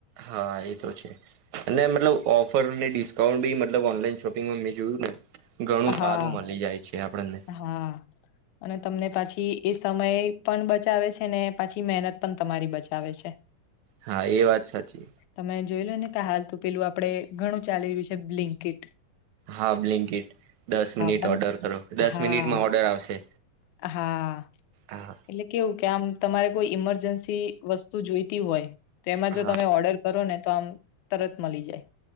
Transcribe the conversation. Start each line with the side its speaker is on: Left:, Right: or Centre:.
Right: હા એ તો છે અને મતલબ ઓફ રને ડિસ્કાઉન્ટ બી મતલબ ઓનલાઈન શોપિંગમાં મેં જોયું ને ઘણું
Left: હા
Right: સારું મળી જાય છે. આપણને
Left: હા અને તમને પાછી પછી એ સમય પણ બચાવે છે ને પાછી મહેનત પણ તમારી બચાવે છે
Right: હા એ વાત સાચી.
Left: તમે જોઈ લો ને કા હાલ તોું પેલું આપડે ઘણું ચાલી રહ્યું છે બિંલીકેટ
Right: હા બ્લિન્કીટ દસ મિનિટ
Left: પણ
Right: ઓર્ડર કરો દસ
Left: હા
Right: મિનિટમાં ઓર્ડર આવશે.
Left: હા
Right: હા
Left: એટલે કેવું ક્યા તમારે કોઈ ઈમરજન્સી વસ્તુ જોઈતી હોય તો એમાં
Right: હા
Left: જો તમે ઓર્ડર કરો ને કમ તરત મળી જાય.